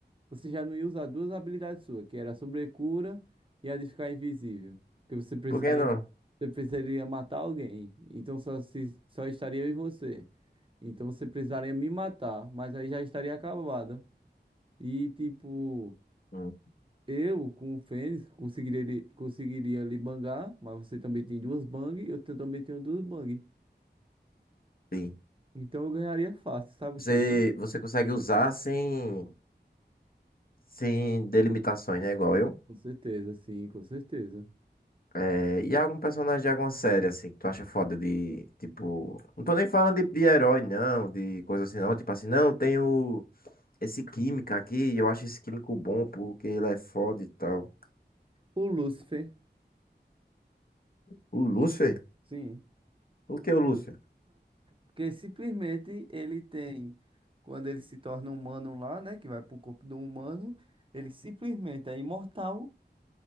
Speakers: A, on the right; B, on the left.
A: Você já não ia usar duas habilidades suas, que era a sobrecura e a de ficar invisível. Porque você precisaria,
B: Por que não?
A: você precisaria matar alguém. Então só, se, só estaria eu e você. Então você precisaria me matar, mas aí já estaria acabada. E tipo.
B: Hum,
A: Eu, com o Fênix, conseguiria, lhe- conseguiria lhe bangar, mas você também tem duas bang, eu te- também tenho duas bang.
B: Sim.
A: Então eu ganharia fácil, sabe,
B: Você,
A: X1?
B: você consegue usar sem, sem delimitações, né? Igual eu.
A: Com certeza, sim, com certeza.
B: É, e algum personagem de alguma série, assim, que tu acha foda de, tipo... Não tô nem falando de, de herói, não, de coisa assim, não. Tipo assim, não, tem o, esse químico aqui, eu acho esse químico bom porque ele é foda e tal.
A: O Lúcifer.
B: O Lúcifer?
A: Sim,
B: O que é o Lúcio?
A: Porque simplesmente ele tem, quando ele se torna humano lá, né? Que vai pro corpo do humano, ele simplesmente é imortal,